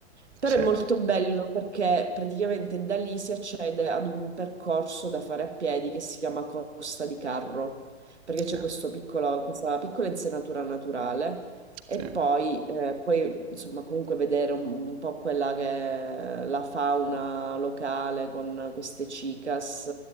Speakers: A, on the right (about 70°); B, on the right (about 30°).
A: Però
B: sì,
A: è molto bello perché praticamente da lì si accede ad un percorso da fare a piedi che si chiama Costa di Carro, perché
B: sì,
A: c'è questo piccolo- questa piccola insenatura naturale e
B: sì.
A: poi, eh, poi, insomma, comunque vedere un, un po' quella che è la fauna locale con queste cicas,